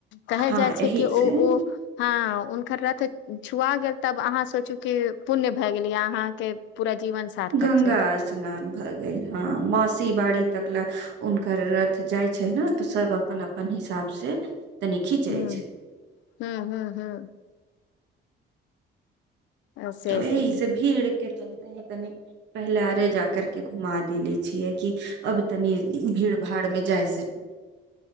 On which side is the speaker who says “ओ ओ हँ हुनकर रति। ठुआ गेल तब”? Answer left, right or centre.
Left